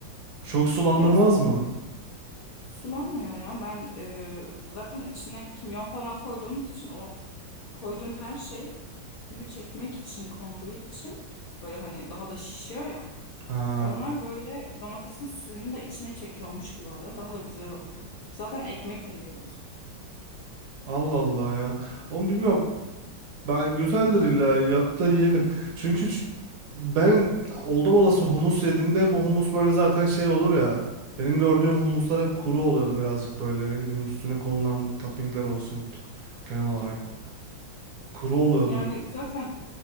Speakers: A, on the right (about 65°); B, on the left (about 70°).
A: Çok sulandırmaz
B: Ya su-
A: mı?
B: sulanmıyor ya ben e, zaten içine kimyon falan koyduğumuz için o koyduğun her şey suyu çekmek için konduğu için böyle hani daha da şişiyor ya.
A: Ha.
B: Onlar böyle domatesin suyunu da içine çekiyormuş gibi oluyor. Daha da güzel oluyor. Zaten ekmekle yiyoruz.
A: Allah Allah ya. Onu bilmiyorum. Ben, güzeldir illa yap da yiyelim. Çünkü ç- ben oldum olası humus yediğimde hep o humus böyle zaten şey olur ya. Benim gördüğüm humuslar hep kuru oluyordu birazcık böyle. Ne bileyim üstüne konulan toppingler olsun genel olarak. Kuru oluyordu.
B: Yani zaten